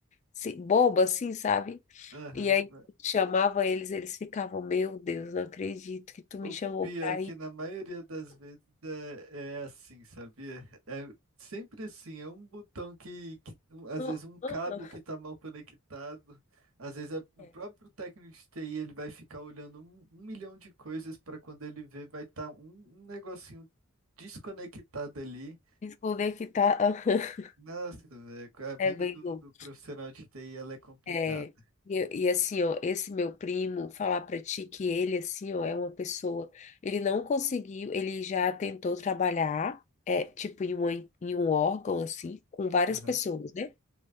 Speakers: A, on the left; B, on the right.
A: se, boba, assim, sabe?
B: Aham,
A: E aí
B: né?
A: chamava eles, eles ficavam, meu Deus, não acredito que tu me
B: O
A: chamou
B: pior
A: pra
B: é que
A: ir.
B: na maioria das vezes é, é assim, sabia? É é sempre assim, é um botão que, que- um- às
A: Não,
B: vezes um cabo
A: ah, ah.
B: que tá mal conectado, às vezes é- o
A: É.
B: próprio técnico de TI ele vai ficar olhando um, um milhão de coisas para quando ele vê vai estar um, um negocinho desconectado ali.
A: Desconectar, aham. <laughs>
B: Nossa, velho, a vida
A: É bem
B: do,
A: louco.
B: do profissional de TI ela é complicada.
A: É, e, e assim, ó, esse meu primo, falar pra ti que ele, assim, ó, é uma pessoa, ele não conseguiu, ele já tentou trabalhar, é, tipo, em, uma, em um órgão, assim, com várias
B: Aham.
A: pessoas, né?